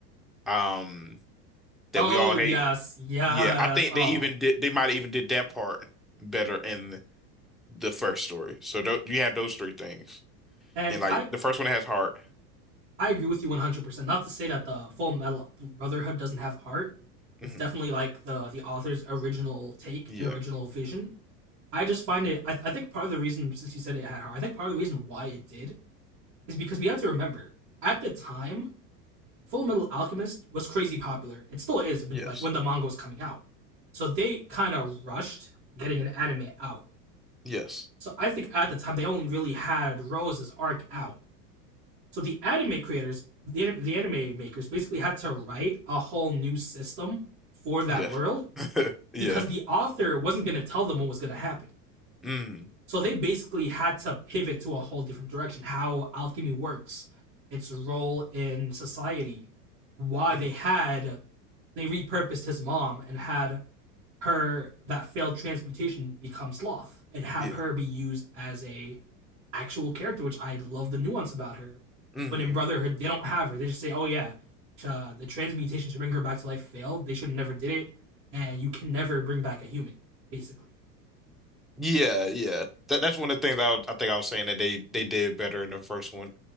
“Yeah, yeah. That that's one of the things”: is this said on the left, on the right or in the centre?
Centre